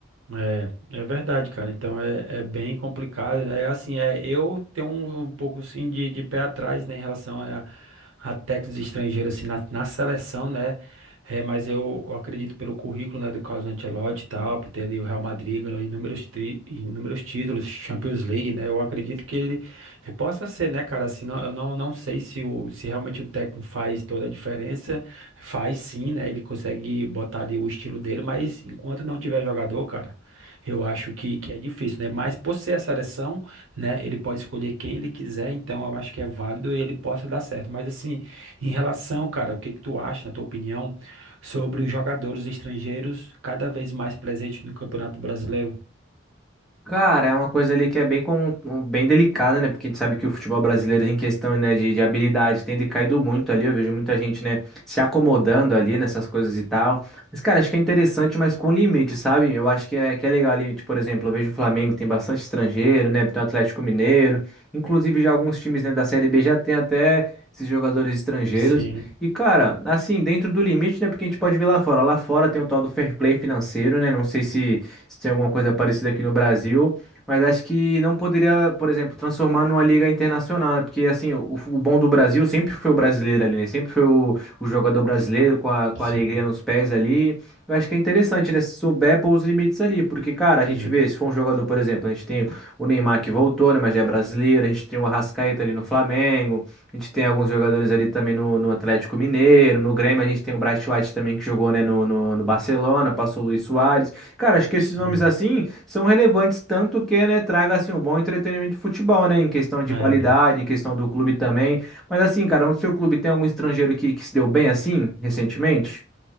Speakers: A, on the right (about 85°); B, in the centre.
A: É, é verdade, cara. Então é, é bem complicado, né? Assim, é, eu tenho um, um pouco assim de, de pé atrás, né, em relação a, a técnicos estrangeiros assim na, na seleção, né? É, mas eu, eu acredito pelo currículo, né, do Carlos Ancelotti e tal, por ter ali o Real Madrid ganhou inúmeros, tri, inúmeros títulos, Champions League, né? Eu acredito que ele possa ser, né, cara? Assim, não, eu não, não sei se, o, se realmente o técnico faz toda a diferença. Faz sim, né? Ele consegue botar ali o estilo dele, mas enquanto não tiver jogador, cara. Eu acho que, que é difícil, né? Mas por ser a seleção, né? Ele pode escolher quem ele quiser, então eu acho que é válido e ele possa dar certo. Mas assim, em relação, cara, o que que tu acha, na tua opinião, sobre os jogadores estrangeiros cada vez mais presentes no Campeonato Brasileiro?
B: Cara, é uma coisa ali que é bem, com, bem delicada, né? Porque a gente sabe que o futebol brasileiro, em questão, né, de, de habilidade, tem decaído muito ali. Eu vejo muita gente, né, se acomodando ali nessas coisas e tal. Mas, cara, acho que é interessante, mas com limite, sabe? Eu acho que é, que é legal ali, tipo, por exemplo, eu vejo o Flamengo tem bastante estrangeiro, né? Tem o Atlético Mineiro. Inclusive, já alguns times, né, da Série B já tem até esses jogadores estrangeiros.
A: Sim,
B: E, cara, assim, dentro do limite, né? Porque a gente pode ver lá fora. Lá fora tem o tal do fair play financeiro, né? Não sei se se tem alguma coisa parecida aqui no Brasil. Mas acho que não poderia, por exemplo, transformar numa liga internacional, né? Porque, assim, o, o bom do Brasil sempre foi o brasileiro ali, né? Sempre foi o, o jogador brasileiro com a, com
A: sim,
B: a alegria nos pés ali. Eu acho que é interessante, né? Se souber pôr os limites ali. Porque, cara, a
A: Sim.
B: gente vê, se for um jogador, por exemplo, a gente tem o Neymar que voltou, né? Mas já é brasileiro. A gente tem o Arrascaeta ali no Flamengo. A gente tem alguns jogadores ali também no, no Atlético Mineiro. No Grêmio, a gente tem o Bright White também que jogou, né? No, no, no Barcelona, passou o Luis Soares. Cara, acho que esses
A: sim.
B: nomes assim são relevantes tanto que, né, traga assim um bom entretenimento do futebol, né, em questão de
A: É.
B: qualidade, em questão do clube também. Mas assim, cara, no seu clube tem algum estrangeiro que, que se deu bem assim recentemente?